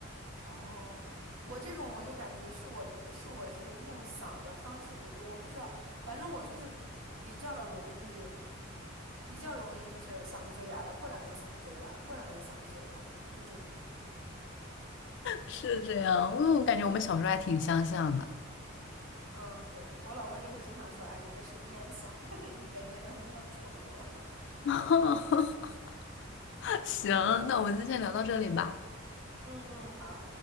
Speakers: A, on the right; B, on the left.
A: 哦，我这种我就感觉是我是我是用嗓的方式不对，我不知道，反正我就是比较容易，比较容易就是嗓子就哑了，过两天嗓子就哑了，过两天嗓子就哑了，就这种。
B: 是这样，我我感觉我们小时候还挺相像的。
A: 嗯，对，我老公就会经常说，哎，你这是烟嗓，<laughs> 但是一根烟都没有抽过。<laughs>
B: <laughs> 行，那我们今天聊到这里吧。
A: 嗯嗯，好，